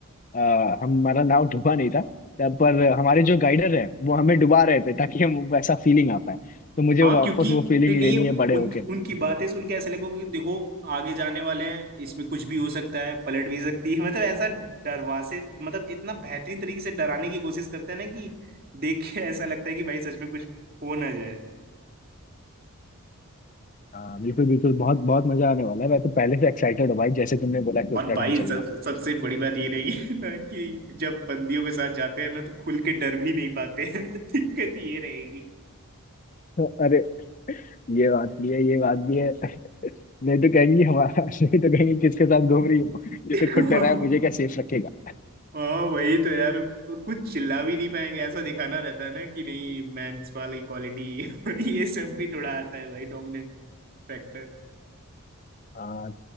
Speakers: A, on the left; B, on the right.
A: अ, हमारा नाव डूबा नहीं था तब पर हमारे जो गाइडर है वो हमें डुबा रहे थे ताकि हम वैसा फीलिंग आ पाए तो मुझे
B: हाँ
A: वापस
B: क्योंकि
A: वो फीलिंग
B: अरे नहीं
A: लेनी है बड़े
B: उनकी
A: होके
B: उनकी बातें सुन के ऐसा लगेगा कि देखो आगे जाने वाले हैं इसमें कुछ भी हो सकता है पलट भी सकती है <laughs> मतलब ऐसा डरवा से मतलब इतना बेहतरीन तरीके से डराने की कोशिश करते हैं ना कि देख के ऐसा लगता है कि भाई सच में कुछ हो ना जाए
A: हाँ बिल्कुल बिल्कुल बहुत बहुत मजा आने वाला है मैं तो पहले से एक्साइटेड हूँ भाई जैसे तुमने बोला कि उत्तराखंड
B: और भाई
A: चलना
B: सब
A: है।
B: सबसे बड़ी बात ये रही है ना कि जब बंदियों के साथ जाते हैं ना तो खुल के डर भी नहीं पाते हैं। <laughs> दिक्कत ये रहेगी
A: तो अरे ये बात भी है ये बात भी है नहीं तो कहेंगी हमारा <laughs> नहीं तो कहेंगी किसके साथ घूम रही हो ये
B: <laughs>
A: तो खुद डरा है मुझे क्या सेफ रखेगा
B: हाँ वही तो यार कुछ चिल्ला भी नहीं पाएंगे ऐसा दिखाना रहता है ना कि नहीं मेंस वाली क्वालिटी <laughs> और ये सब भी थोड़ा आता है भाई डोमिनेंट फैक्टर
A: हाँ